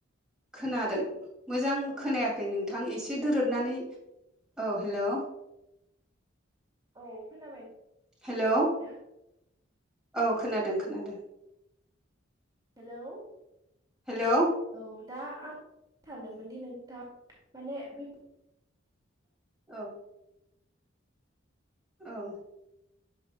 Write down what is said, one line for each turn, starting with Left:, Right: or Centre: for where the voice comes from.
Centre: खोनादों
Right: हेलौ
Centre: मोजां
Right: औ
Centre: खोनायाखै नोंथां एसे दोरदनानै औ हेलौ
Right: औ खोनाबाय
Centre: हेलौ
Right: ना
Centre: औ खोनादों। खोनादों
Right: हेलौ
Centre: हेलौ
Right: औ दा आं थानदोंमोन दि नोंथा माने बे
Centre: ओं ओं